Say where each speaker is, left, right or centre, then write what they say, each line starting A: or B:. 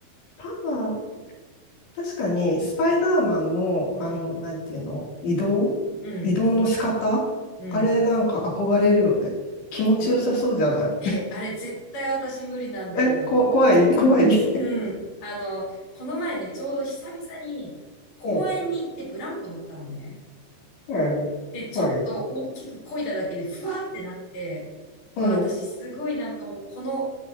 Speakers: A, on the left; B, on the left.
A: パワー確かに、スパイダーマンも、あの、
B: ー。うん、
A: なんていうの、移動移動の仕方あれなんか憧れるよね。
B: うん、うん。
A: 気持ちよさそうじゃない
B: よ、え、あれ絶対私無理なんだけど。
A: え、こ、怖い怖い <laughs>
B: うん。あの、この前ね、ちょうど久々に公園に行ってブランコ乗ったのね。
A: うん、はい、
B: で、ちょっと大きく漕いだだけでふわーってなって、
A: はい。
B: うわ、
A: うん。
B: 私すごいなんかもうこの